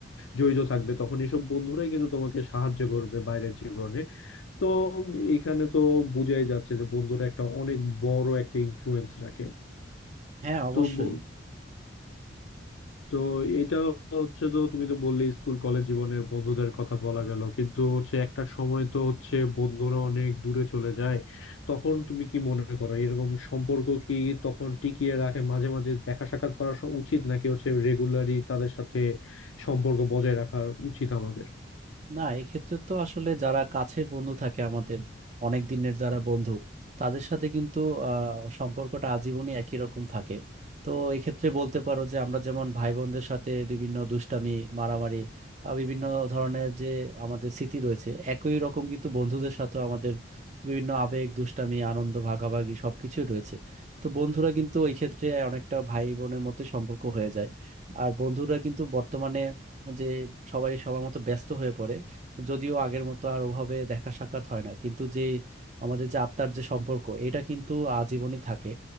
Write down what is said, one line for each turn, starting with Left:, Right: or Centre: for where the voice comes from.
Left: জড়িত থাকবে তখন এসব বন্ধুরাই কিন্তু তোমাকে সাহায্য করবে বাইরের জীবনে তো এখানে তো বোঝাই যাচ্ছে যে বন্ধুরা একটা অনেক বড় একটা ইনফ্লুয়েন্স রাখে
Right: হ্যাঁ অবশ্যই
Left: তো ব- তো এটা হচ্ছে তো তুমি তো বললে স্কুল কলেজ জীবনের বন্ধুদের কথা বলা গেল কিন্তু হচ্ছে একটা সময় তো হচ্ছে বন্ধুরা অনেক দূরে চলে যায় তখন তুমি কি মনে করো এরকম সম্পর্ক কি তখন টিকিয়ে রাখে মাঝে মাঝে দেখা সাক্ষাৎ করা স- উচিত নাকি হচ্ছে রেগুলারই তাদের সাথে সম্পর্ক বজায় রাখা উচিত আমাদের
Right: না এক্ষেত্রে তো আসলে যারা কাছের বন্ধু থাকে আমাদের অনেক দিনের যারা বন্ধু তাদের সাথে কিন্তু আহ, সম্পর্কটা আজীবনই একই রকম থাকে তো এক্ষেত্রে বলতে পারো যে আমরা যেমন ভাই বোনদের সাথে বিভিন্ন দুষ্টামি মারামারি আহ, বিভিন্ন ধরনের যে আমাদের স্মৃতি রয়েছে একই রকম কিন্তু বন্ধুদের সাথে আমাদের বিভিন্ন আবেগ দুষ্টামি আনন্দ ভাগাভাগি সবকিছুই রয়েছে তো বন্ধুরা কিন্তু ওই ক্ষেত্রে অনেকটা ভাই বোনের মতো সম্পর্ক হয়ে যায় আর বন্ধুরা কিন্তু বর্তমানে যে সবাই সবার মতো ব্যস্ত হয়ে পড়ে যদিও আগের মতো আর ওভাবে দেখা সাক্ষাৎ হয় না কিন্তু যে আমাদের যে আত্মার যে সম্পর্ক এটা কিন্তু আজীবনই থাকে